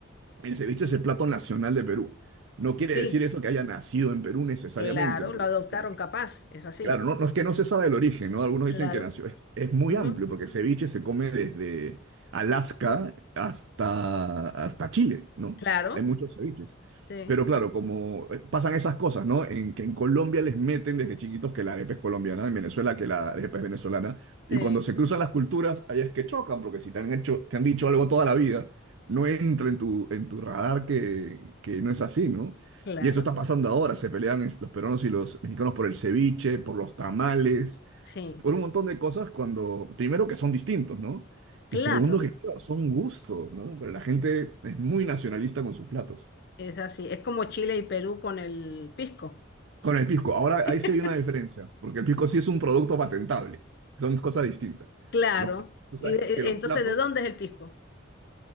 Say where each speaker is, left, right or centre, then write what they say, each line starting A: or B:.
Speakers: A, on the right; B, on the left.
A: el ceviche es el plato nacional de Perú. No quiere
B: y sí,
A: decir eso que haya nacido en Perú necesariamente,
B: claro,
A: porque,
B: lo adoptaron
A: porque
B: capaz, es así.
A: Claro, no, no es que no se sabe el origen, ¿no? Algunos
B: Claro,
A: dicen que nació. Es, es muy
B: ujú,
A: amplio porque ceviche se come desde Alaska hasta, hasta Chile, ¿no?
B: Claro,
A: Hay muchos ceviches.
B: sí,
A: Pero claro, como eh, pasan esas cosas, ¿no? En que en Colombia les meten desde chiquitos que la arepa es colombiana, en Venezuela que la arepa es venezolana. Y
B: sí,
A: cuando se cruzan las culturas, ahí es que chocan, porque si te han hecho, te han dicho algo toda la vida, no entra en tu, en tu radar que, que no es así, ¿no?
B: claro,
A: Y eso está pasando ahora. Se pelean es- los peruanos y los mexicanos por el ceviche, por los tamales,
B: sí,
A: por un montón de cosas cuando, primero que son distintos, ¿no?
B: claro,
A: Y segundo que, claro, son gustos, ¿no? Pero la gente es muy nacionalista con sus platos.
B: es así. Es como Chile y Perú con el pisco.
A: Con el pisco, ahora
B: <laughs>
A: ahí sí hay una diferencia, porque el pisco sí es un producto patentable, son cosas distintas.
B: Claro,
A: Los, tú sabes
B: y eh,
A: que los
B: entonces,
A: platos
B: ¿de dónde es el pisco?